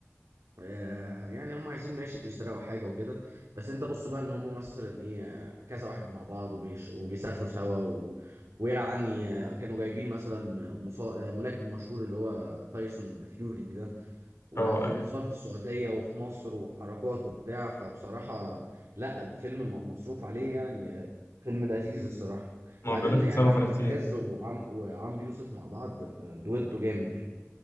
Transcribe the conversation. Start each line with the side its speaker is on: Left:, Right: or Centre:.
Right: آه، يعني هم عايزين ماشي يسرقوا حاجة وكده بس انت بص بقى ان هم مثلا ايه آه، كذا واحد مع بعض وبيش وبيسافروا سوا و... ويعني آه، كانوا جايبين مثلا مصا... آه، ملاكم مشهور اللي هو تايسون فيوري ده ومتصور
Left: اه ايوه
Right: في السعودية وفي مصر وحركات وبتاع فبصراحة لا الفيلم م- مصروف عليه يعني فيلم لذيذ الصراحة
Left: ما
Right: وبعدين
Left: هو بيقول لك اتصرف
Right: يعني أحمد
Left: عليه كتير
Right: عز وعم وعمرو يوسف مع بعض آه، دويتو جامد يعني